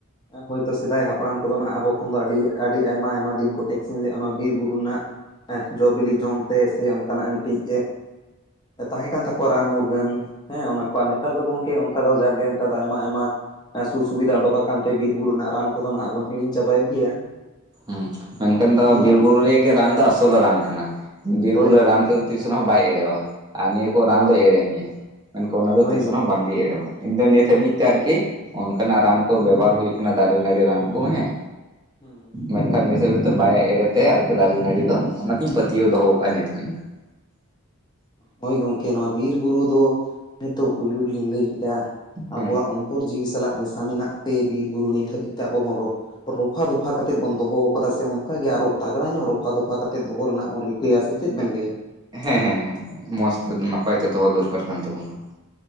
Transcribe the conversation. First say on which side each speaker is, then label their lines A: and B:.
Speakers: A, on the left (about 20°); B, on the right (about 20°).
A: ᱦᱳᱭᱛᱳ ᱥᱮᱫᱟᱭ ᱦᱟᱯᱲᱟᱢ ᱠᱚᱫᱚ ᱱᱟᱦᱟᱜ ᱟᱵᱚ ᱠᱷᱚᱱ ᱫᱚ ᱟᱹᱰᱤ ᱟᱹᱰᱤ ᱟᱭᱢᱟ ᱟᱭᱢᱟ ᱫᱤᱱ ᱠᱚᱴᱮᱠᱥᱤᱱ ᱞᱮᱫᱼᱟ ᱱᱚᱣᱟ ᱵᱤᱨ ᱵᱩᱨᱩ ᱨᱮᱱᱟᱜ ᱮ ᱡᱚ ᱵᱤᱞᱤ ᱡᱚᱢᱛᱮ ᱥᱮ ᱠᱟᱱᱟᱜ ᱢᱤᱫᱴᱤᱡ ᱮ ᱛᱟᱦᱮᱸ ᱠᱟᱱ ᱛᱟᱠᱚ ᱠᱚ ᱨᱟᱱ ᱢᱩᱨᱜᱟᱹᱱ ᱦᱮᱸ ᱚᱱᱟ ᱠᱚ ᱱᱮᱛᱟᱨ ᱫᱚ ᱜᱚᱝᱠᱮ ᱚᱱᱠᱟ ᱫᱚ ᱡᱟᱠᱜᱮ ᱱᱮᱛᱟᱨ ᱫᱚ ᱟᱭᱢᱟ ᱟᱭᱢᱟ ᱥᱩ ᱥᱩᱵᱤᱫᱷᱟ ᱚᱰᱩᱠ ᱟᱠᱟᱱᱛᱮ ᱵᱤᱨ ᱵᱩᱨᱩ ᱨᱮᱱᱟᱜ ᱨᱟᱱ ᱠᱚᱫᱚ ᱱᱟᱦᱟᱜ ᱵᱚᱱ ᱦᱤᱲᱧ ᱪᱟᱵᱟᱭᱮᱫ ᱜᱮᱭᱟ,
B: ᱦᱩᱸ ᱢᱮᱱᱠᱷᱟᱱ
A: ᱟᱨ
B: ᱫᱚ
A: ᱱᱤᱦᱟᱹᱛ
B: ᱵᱤᱨ ᱵᱩᱨᱩ ᱨᱮᱭᱟᱜ ᱜᱮ ᱨᱟᱱ ᱫᱚ ᱟᱥᱚᱞ ᱨᱟᱱ ᱠᱟᱱᱟ ᱵᱤᱨ
A: ᱦᱳᱭ
B: ᱵᱩᱨᱩ
A: ᱜᱚᱝᱠᱮ
B: ᱨᱟᱱ ᱛᱮ ᱛᱤᱥ ᱨᱮᱦᱚᱸ ᱵᱟᱭ ᱮᱲᱮᱣᱟ ᱟᱨ ᱱᱤᱭᱟᱹ ᱠᱚ
A: ᱦᱳᱭ
B: ᱨᱟᱱ ᱫᱚᱭ ᱮᱲᱮ ᱢᱮᱭᱟ ᱢᱮᱱᱠᱷᱟᱱ ᱚᱱᱟ ᱫᱚ
A: ᱦᱳᱭ
B: ᱛᱤᱥ
A: ᱜᱚᱢᱠᱮ
B: ᱨᱮᱦ ᱦᱚᱸ ᱵᱟᱝᱜᱮ ᱮᱲᱮᱟᱭ ᱤᱧ ᱫᱚ ᱱᱤᱛ ᱦᱟᱹᱵᱤᱡ ᱛᱮ ᱟᱨᱠᱤ ᱚᱱᱠᱟᱱᱟᱜ ᱨᱟᱱ ᱠᱚ ᱵᱮᱵᱚᱦᱟᱨ ᱦᱩᱭᱩᱜ ᱠᱟᱱᱟ ᱫᱟᱨᱮ ᱱᱟᱹᱲᱤ ᱨᱟᱱ ᱠᱚ ᱦᱮᱸ
A: ᱦᱮᱸ
B: ᱢᱮᱱᱠᱷᱟᱱ <unintelligible> ᱜᱮᱛᱚ ᱵᱟᱭ ᱮᱲᱮᱛᱮ ᱟᱨᱠᱤ ᱫᱟᱨᱮ ᱱᱟᱹᱲᱤ ᱫᱚ ᱚᱱᱟᱛᱮᱧ ᱯᱟᱹᱛᱭᱟᱹᱣ ᱫᱚᱦᱚ ᱠᱟᱜᱼᱟ ᱱᱤᱛᱦᱚ <unintelligible>
A: ᱦᱳᱭ ᱜᱚᱝᱠᱮ ᱱᱚᱣᱟ ᱵᱤᱨ ᱵᱩᱨᱩ ᱫᱚ ᱱᱤᱛᱳ ᱯᱳᱭᱞᱳ ᱨᱮᱞᱤᱧ ᱞᱟᱹᱭ ᱠᱮᱫᱟ ᱟᱵᱚᱣᱟᱜ
B: ᱦᱮᱸ
A: ᱚᱱᱛᱚᱨ ᱡᱤᱣᱤ ᱥᱟᱞᱟᱜ ᱢᱮᱥᱟ ᱢᱮᱱᱟᱜ ᱛᱮ ᱵᱤᱨᱵᱩᱨᱩ ᱱᱤᱛ ᱦᱟᱹᱵᱤᱡ ᱛᱮ ᱟᱵᱚ ᱵᱚᱱ ᱨᱚᱯ ᱨᱚᱯᱷᱟ ᱫᱚᱯᱷᱟ ᱠᱟᱛᱮᱫ ᱵᱚᱱ ᱫᱚᱦᱚ ᱠᱟᱫᱟ ᱥᱮ ᱚᱱᱠ ᱜᱮ ᱟᱨᱚ ᱛᱟᱜᱲᱟᱧᱚᱜ ᱧᱚᱜ ᱨᱚᱯᱷᱟ ᱫᱚᱯᱷᱟ ᱠᱟᱛᱮ ᱫᱚᱦᱚ ᱨᱮᱱᱟᱜ ᱵᱚᱱ ᱨᱤᱠ ᱭᱟ ᱥᱮ ᱪᱮᱫ? ᱵᱮᱱ ᱞᱟᱹᱭᱟ ᱾
B: ᱦᱮᱸ ᱦᱮᱸ ᱦᱮᱸ ᱢᱚᱸᱡᱽ ᱛᱮ ᱱᱟᱯᱟᱭ ᱛᱮ ᱫᱚᱦᱚ ᱫᱚᱨᱠᱟᱨ ᱠᱟᱱ ᱛᱟᱵᱚᱱᱟ ᱾